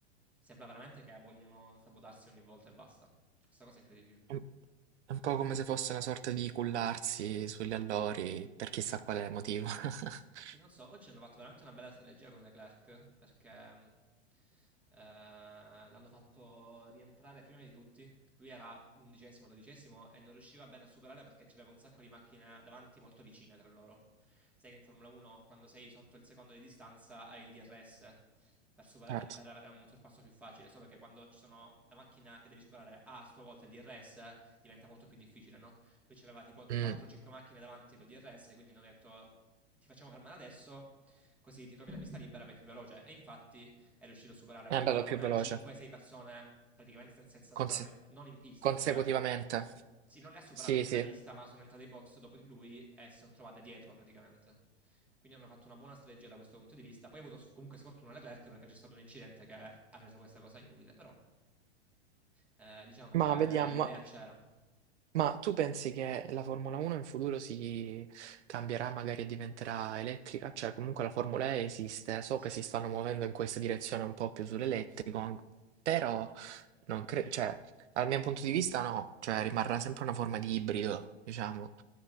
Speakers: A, in the centre; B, on the right.
A: sembra veramente che vogliono sabotarsi ogni volta e basta. Questa cosa è incredibile.
B: un è un po' come se fosse una sorta di cullarsi sugli allori per chissà quale motivo. <laughs>
A: Sì, non so, oggi hanno fatto veramente una bella strategia con Leclerc perché eh, l'hanno fatto rientrare prima di tutti. Lui era undicesimo, dodicesimo e non riusciva bene a superare perché c'aveva un sacco di macchine davanti molto vicine tra loro. Sai che in Formula 1 quando sei sotto il secondo di distanza hai il DRS per, superare-
B: Certo.
A: per avere un sorpasso più facile, solo che quando ci sono la macchina che devi superare ha a sua volta il DRS diventa molto più difficile, no? Lui c'aveva tipo
B: Mm,
A: 4-5 macchine davanti col DRS, quindi hanno detto ti facciamo fermare adesso, così ti trovi la pista libera, vai più veloce. E infatti è riuscito a superare una
B: è andato
A: cosa
B: più
A: come
B: veloce,
A: 5-6 persone praticamente sen- senza
B: Conse-
A: superare, non in pista,
B: consecutivamente.
A: cioè... Sì, non le ha superate
B: Sì,
A: nella
B: sì.
A: pista, ma sono entrate in box dopo di lui e si sono trovate dietro praticamente. Quindi hanno fatto una buona strategia da questo punto di vista. Poi ha avuto s- comunque sfortuna Leclerc perché c'è stato un incidente che ha reso questa cosa inutile, però eh, diciamo che
B: Ma vediamo.
A: l'idea c'era.
B: Ma tu pensi che la Formula 1 in futuro si cambierà, magari diventerà elettrica? Cioè, comunque la Formula E esiste, so
A: Sì.
B: che si stanno muovendo in questa direzione un po' più sull'elettrico, an- però non cre- cioè, dal mio punto di vista no, cioè rimarrà sempre una forma di ibrido, diciamo.